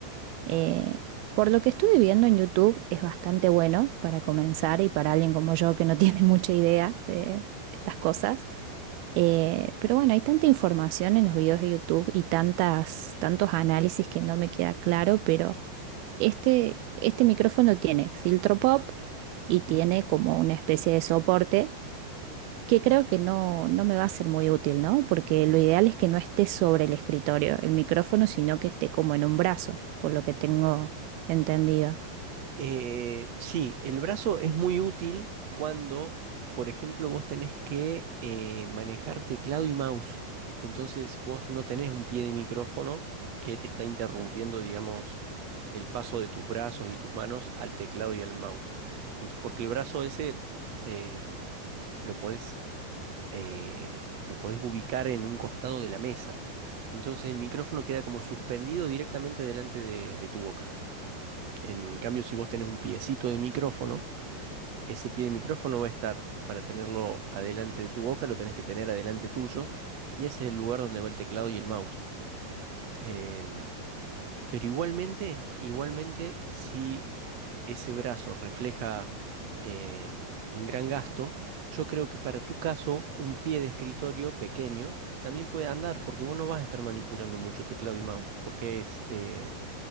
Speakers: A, on the right; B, on the right.
A: Eh, por lo que estuve viendo en YouTube, es bastante bueno para comenzar y para alguien como yo que no <laughs> tiene mucha idea de estas cosas. Eh, pero bueno, hay tanta información en los videos de YouTube y tantas, tantos análisis que no me queda claro, pero este, este micrófono tiene filtro pop y tiene
B: Mm.
A: como una especie de soporte que creo que no, no me va a ser muy útil, ¿no? Porque lo ideal es que no esté sobre el escritorio, el micrófono, sino que esté como en un brazo, por lo que tengo entendido.
B: Eh, sí, el brazo es muy útil cuando, por ejemplo, vos tenés que eh, manejar teclado y mouse. Entonces vos no tenés un pie de micrófono que te está interrumpiendo, digamos, el paso de tus brazos y tus manos al teclado y al mouse. Ent- porque el brazo ese em, lo podés, eh, lo podés ubicar en un costado de la mesa. Entonces el micrófono queda como suspendido directamente delante de de tu boca. En cambio, si vos tenés un piecito de micrófono, ese pie de micrófono va a estar, para tenerlo adelante de tu boca, lo tenés que tener adelante tuyo, y ese es el lugar donde va el teclado y el mouse. Em, pero igualmente, igualmente, si ese brazo refleja em, un gran gasto, yo creo que para tu caso, un pie de escritorio pequeño también puede andar, porque vos no vas a estar manipulando mucho teclado y mouse, porque es, eh,